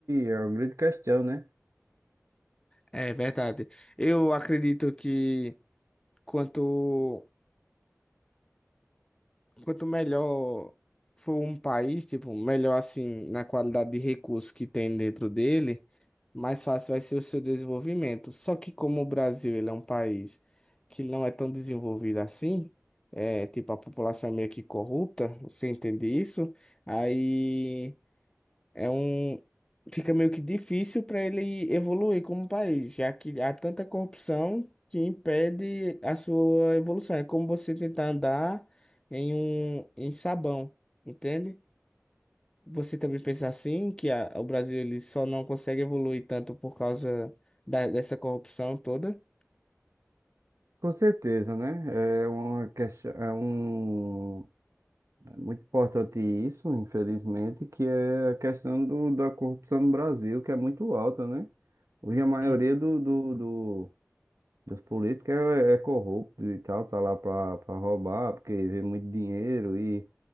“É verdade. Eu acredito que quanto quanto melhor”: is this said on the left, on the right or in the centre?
Left